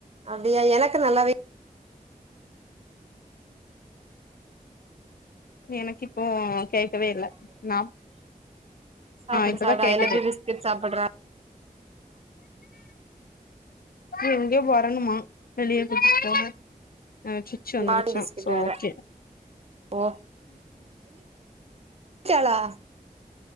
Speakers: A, on the right (about 45°); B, on the left (about 80°).
A: அப்டியா எனக்கு நல்லாவே
B: எனக்கு இப்போ கேக்கவே இல்ல நா
A: சாப்ட்டுடு
B: ஆ இப்பதா
A: சாப்டு
B: கேக்குது
A: ஐ லவ் யு பிஸ்கட் சாப்புட்றா
B: எங்க வரணுமா வெளிய கூட்டிட்டு போக சு ச்சு வந்துருச்சா
A: காட்டன் பிஸ்கட்
B: சோ
A: வேற
B: ஓகே
A: ஓ <unintelligible>